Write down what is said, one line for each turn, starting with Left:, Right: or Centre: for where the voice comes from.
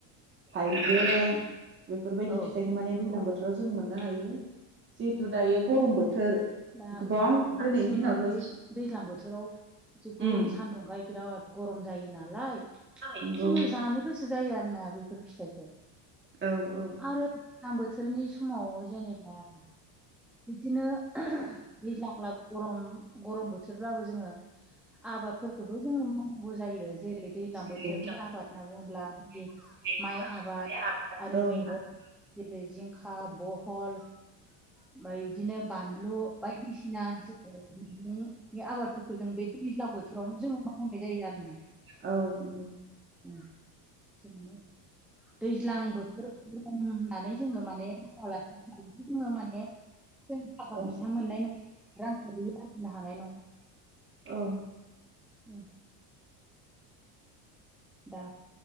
Right: थाइबें बेफोरबायदि
Centre: औ
Right: फिथाइखौ माने दैलां बोथोराव जोङो मोननो हायो। जिहेतु दायो गरम बोथोर
Centre: दा
Right: गोबां दिनैनि
Centre: जोङो
Right: दिनावथ'
Centre: बे दैज्लां बोथोराव जोबोद
Right: उम
Centre: सान्दुंखायै बिराद ग रम जायो नालाय
Right: नंगौ
Centre: जोङो जानो गोसो जायो आरोना बेफोर फिथाइखौ
Right: औ औ
Centre: आरो दैज्लां बोथोरनि समाव जेनोबा बिदिनो दैज्लांब्लाबो गरम गरम बोथोरब्लाबो जोङो आबादफोरखौबो जोङो मावनांगौ जायो जेरै दैज्लां
Right: नंगौ
Centre: बोथोरनि आबाद होनना बुङोब्ला माइ।
Right: <inaudible>
Centre: माइ आबाद आरो
Right: औ
Centre: मैगं जेरै जिंखा बहल ओफ्राय बिदिनो‌। बानलु बायदिसिना जोङो मैगंनि आबादफोरखौ जों बे दैज्लां बोथोरावनो जों मावनाय जायो आरोना
Right: औ नंगौ
Centre: <unintelligible> दैज्लां बोथोराव होननानै जोङो माने मावालासिनो जोङो माने जों थाखा
Right: औ
Centre: फैसा मोननाय नङा रांखौ आरजिनो हानाय नङा
Right: औ
Centre: ओम दा